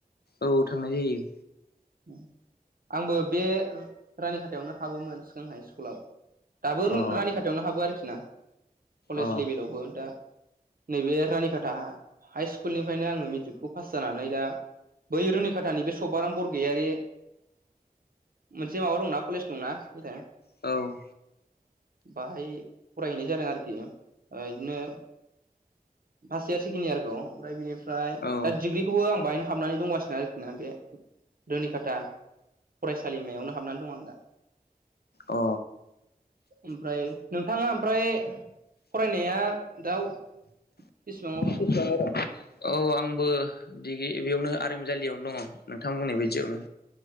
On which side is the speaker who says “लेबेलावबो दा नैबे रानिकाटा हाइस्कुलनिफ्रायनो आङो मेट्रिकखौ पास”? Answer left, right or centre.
Right